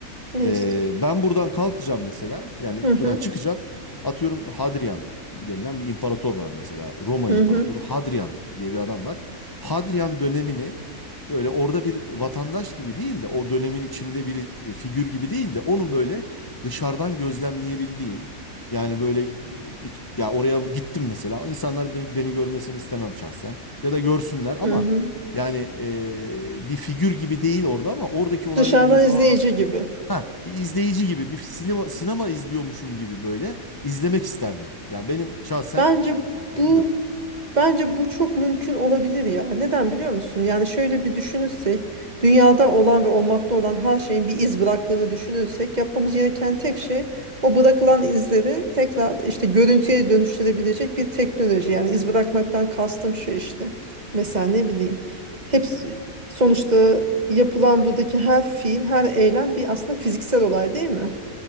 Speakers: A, on the right; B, on the left.
A: Ne
B: Ee,
A: istiyorsun?
B: ben buradan kalkacağım mesela. Yani
A: Hı
B: buradan
A: hı.
B: çıkacağım. Atıyorum Hadrian denilen bir imparator var mesela. Roma
A: Hı
B: imparatoru
A: hı.
B: Hadrian diye bir adam var. Hadrian dönemini böyle orada bir vatandaş gibi değil de o dönemin içinde bir e, figür gibi değil de onu böyle dışarıdan gözlemleyebildiğim yani böyle e, iç- ya oraya gittim mesela insanlar beni, beni görmesini istemem şahsen ya da görsünler ama
A: Hı hı.
B: yani e, bir figür gibi değil orada ama oradaki olayları
A: Dışarıdan
B: göz
A: izleyici
B: Aa,
A: gibi.
B: Ha, bir izleyici gibi, bir sinema, sinema izliyormuşum gibi böyle izlemek isterdim. Yani benim şahsen
A: Bence
B: şeyim
A: bu
B: bu.
A: Bence bu çok mümkün olabilir ya. Neden biliyor musun? Yani şöyle bir düşünürsek, dünyada olan ve olmakta olan her şeyin bir iz bıraktığını düşünürsek, yapmamız gereken tek şey o bırakılan izleri tekrar işte görüntüye dönüştürebilecek bir teknoloji. Yani iz bırakmaktan kastım şu işte. Mesela ne bileyim. Hepsi sonuçta yapılan buradaki her fiil, her eylem bir aslında fiziksel olay değil mi?